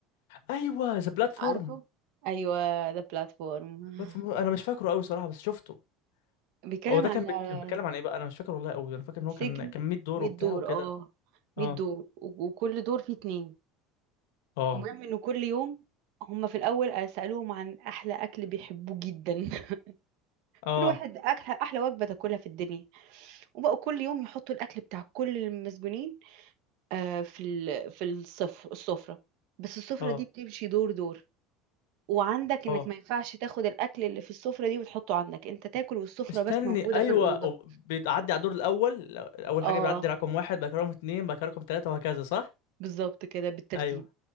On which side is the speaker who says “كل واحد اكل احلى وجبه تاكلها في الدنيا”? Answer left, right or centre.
Right